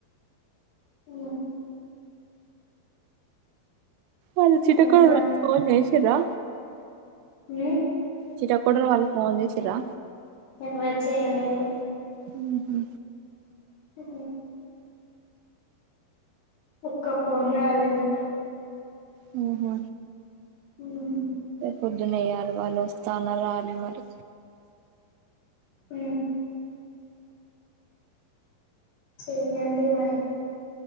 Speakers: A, on the left (about 80°); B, on the right (about 80°).
A: అ
B: అ చిటకకులోళ్ళకి
A: ఇంకా
B: ఫోన్ చేసిండ్రా
A: ఎ
B: చితకుడి వాళ్ళ ఫోన్ చేసిండ్రా
A: నాకి వె చేయలేదు
B: హ్మ్ హు
A: అ ఒక్క ఫోన్ రవాలి నాకు
B: హ్మ్ హు
A: హ్మ్
B: పొద్దున వేయ్యాలి వాళ్ళు వస్తాన రావాలి మరి
A: అ చే్యంట మరి